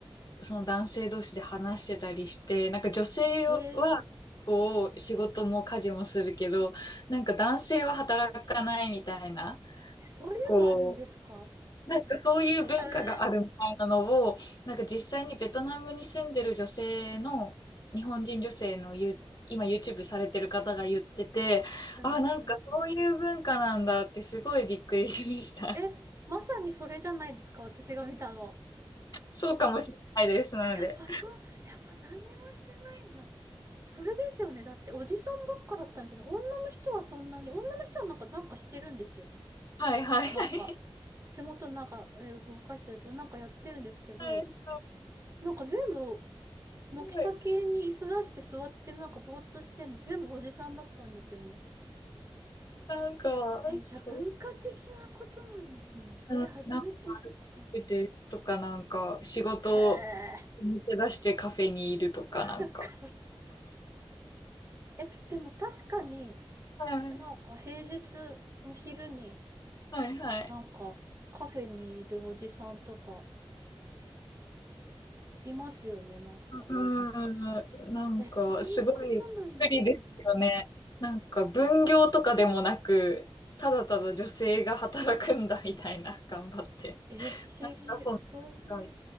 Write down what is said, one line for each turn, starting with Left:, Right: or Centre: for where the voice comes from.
Left: その男性同士で話してたりして、なんか女性は、
Right: へえ、
Left: こう、仕事も家事もするけど、なんか男性は働かないみたいな、
Right: そういうのあるんですか
Left: こう。なんかそういう文化があるみたいなのを、
Right: へえ、
Left: なんか実際にベトナムに住んでる女性の、日本人女性のユ、今 YouTube されてる方が言ってて、
Right: え面白そう。
Left: あ、なんかそういう文化なんだってすごいびっくりしました。
Right: え、まさにそれじゃないですか、私が見たの。
Left: <laughs> そうかもしれないです、なので。
Right: やっぱそう、やっぱ何にもしてないんだ。それですよね。だっておじさんばっかだったんですよね。女の人はそんなに、女の人はなんか、なんかしてるんですよ。
Left: はいはいはい。
Right: なんか、手元なんか、えー動かしたりとか、なんかやってるんですけど、
Left: はいはい。
Right: なんか全部、軒先に椅子出して座ってなんかぼーっとしてんの全部おじさんだったんですよね。
Left: すごいなんか、
Right: えーじゃあ文化的なことなんですね。
Left: そう、
Right: えー初めて知った。
Left: うん、なんか出てとかなんか仕事を
Right: へえ。
Left: 抜け出してカフェにいるとかなんか。
Right: <laughs> これえ、でも確かに、
Left: はい
Right: なんか平日の昼に、
Left: はいはい。
Right: なんかカフェにいるおじさんとかいますよね、なんか。
Left: うーん、なんか、
Right: え、そういうことなんですね。
Left: すごい不利ですよね。なんか、分業とかでもなく、ただただ女性が働くんだみたいな、頑張って。
Right: え、不思議。
Left: なんか、そん
Right: そういう
Left: な、